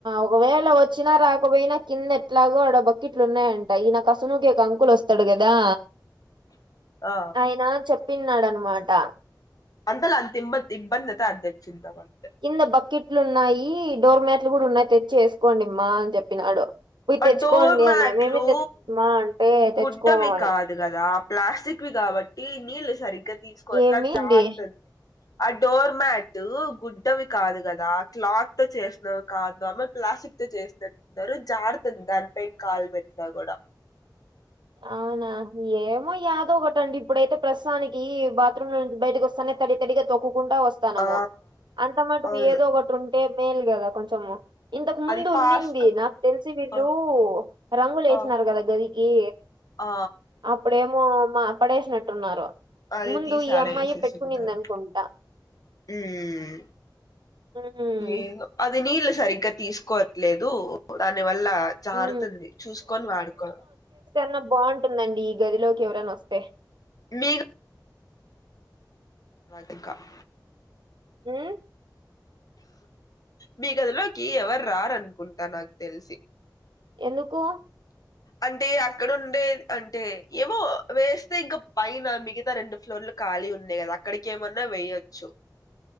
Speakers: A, on the right; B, on the left.
A: ఒకవేళ వచ్చినా రాకపోయినా కింద ఎట్లాగో ఆడ బకేట్లు ఉన్నాయంట ఈ నా అసనుకి అంకులు వస్తాడు కదా దా
B: ఆ
A: ఆయనా చెప్పినాడ అనమాట
B: అంతల అంత ఇ ఇబ్బంది అయితే అది తెచ్చిం ధం అంతే
A: కింద బకెట్లు ఉన్నాయి డోర్మ్యాట్లు కూడా ఉన్నాయి తెచ్చి వేసుకోండిమ్మా అని చెప్పినాడు పోయి
B: ఆ
A: తెచ్చుకోండి
B: డోర్ మ్యాట్లు
A: అనే మేమే తెచ్చుమా అంటే
B: గుడ్డవి
A: తెచ్చుకోమనే
B: కాదు కదా ఆ ప్లాస్టిక్వి కాబట్టి నీళ్లు సరిగ్గా తీసుకోవట్లా
A: ఏమి
B: జారుతుంది
A: అండి
B: ఆ డోర్మ్యాట్ గుడ్డవి కాదు కదా క్లాత్ తో చేసినవి కాదు ఆ ప్లాస్టిక్ చేసినట్టున్నారు జాారుతుంది దానిపై కాలు పెట్టిన కూడా
A: అవునా ఏమో యాదో ఒకటిండి ఇప్పుడైతే ప్రస్తుతానికి బాత్రూమ్ లో నుంచి బయటకి వస్తానే తడి తడిగా తొక్కు కుంటా వస్తుంది తనము
B: ఆ
A: అంత మటుకు
B: అవును
A: ఏదో ఒకటి ఉంటే మేల్ కదా కొంచెము ఇంతకు ముందు
B: అది ఫాస్ట్
A: ఉన్నింది నాకు తెలిసి వీళ్ళు
B: ఆ
A: రంగులు వేసినారు
B: ఆ
A: కదా గదికి
B: ఆ
A: అప్పుడేమో మా పడేసినట్టున్నారు
B: అదే
A: ముందు
B: తీసి
A: ఈ
B: ఆడేసేసుంటారు
A: అమ్మాయి పెట్టుకునిందనుకుంటా
B: ఉమ్
A: ఉం
B: ఏదో అది నీళ్లు సరిగ్గా తీసుకోవట్లేదు దాని వల్ల జారుతుంది
A: ఉమ్.
B: చూసుకొని వాడుకో
A: న్నా బాగుంటుందండి ఈ గదిలోకి ఎవరైనా వస్తే
B: మీకు అతక్క <unintelligible>
A: ఉం
B: మీ గదిలోకి ఎవరు రారనుకుంటా నాకు తెలిసి
A: ఎందుకు
B: అంటే అక్కడ ఉండే అంటే ఏమో వేస్తే ఇంకా పైన మిగతా రెండు ఫ్లోర్లు ఖాళీ ఉన్నాయి కదా అక్కడికి ఏమన్నా వెయొచ్చు